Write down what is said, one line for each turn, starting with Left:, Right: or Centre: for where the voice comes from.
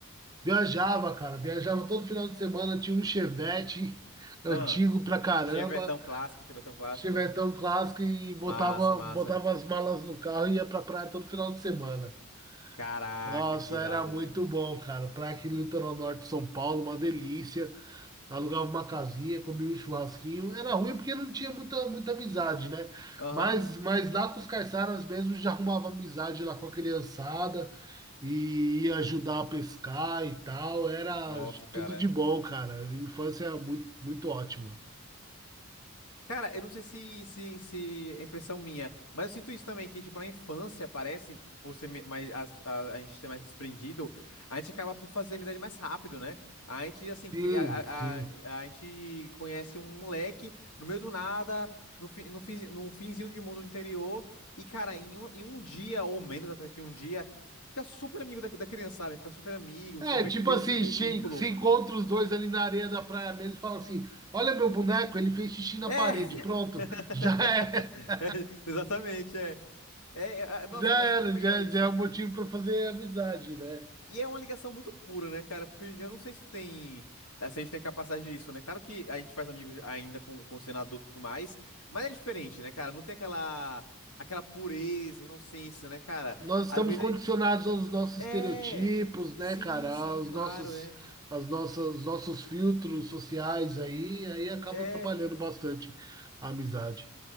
Right: Viajava, cara, viajava todo final de semana, tinha um Chevette antigo
Left: Ah,
Right: pra caramba,
Left: Chevetão clássico, Chevetão clássico.
Right: Chevetão clássico e botava,
Left: Massa, massa.
Right: botava as malas no carro e ia pra praia todo final de semana.
Left: Caraca,
Right: Nossa,
Left: que irado,
Right: era muito
Left: velho.
Right: bom, cara. Praia aqui no litoral norte de São Paulo, uma delícia. Alugava uma casinha, comia um churrasquinho. Era ruim porque não tinha muita, muita amizade, né?
Left: Aham.
Right: Mas, mas lá com os caiçaras mesmo já arrumava amizade lá com a criançada e ia ajudar a pescar e tal. Era
Left: Nossa, cara.
Right: tudo de bom, cara. Infância muito, muito ótima.
Left: Cara, eu não sei se, se, se é impressão minha, mas eu sinto isso também, que, tipo, na infância, parece que por ser me- mais, a, a, a gente ser mais desprendido, a gente acaba por fazer amizade mais rápido, né? A gente, assim,
Right: Sim,
Left: que- a,
Right: sim.
Left: a, a, a gente conhece um moleque no meio do nada, no, fi, no, fi, no finzinho de mundo do interior, e, cara, em um, em um dia, ou menos até que um dia, fica super amigo da, da criança, sabe? Fica super amigo,
Right: É,
Left: super,
Right: tipo
Left: cria
Right: assim,
Left: um super
Right: se,
Left: vínculo.
Right: se encontra os dois ali na areia da praia mesmo e fala assim: Olha meu boneco, ele fez xixi na
Left: É! <laughs>
Right: parede. Pronto, já é. <laughs>
Left: Exatamente, é. É, é, é, nossa,
Right: Já
Left: eu acho
Right: era,
Left: muito legal
Right: já,
Left: isso.
Right: já é um motivo para fazer amizade, né?
Left: E é uma ligação muito pura, né, cara? Porque hoje em dia eu não sei se tem. eh, Se a gente tem a capacidade disso, né? Claro que a gente faz amigos ainda com, com sendo adulto e tudo mais, mas é diferente, né, cara? Não tem aquela. Aquela pureza, inocência, né, cara?
Right: Nós estamos
Left: Às vezes.
Right: condicionados aos nossos
Left: a-
Right: estereotipos,
Left: É.
Right: né,
Left: Sim,
Right: cara?
Left: sim,
Right: Aos
Left: claro,
Right: nossos,
Left: é.
Right: as nossas, nossos filtros sociais aí, aí acaba
Left: É.
Right: atrapalhando bastante a amizade.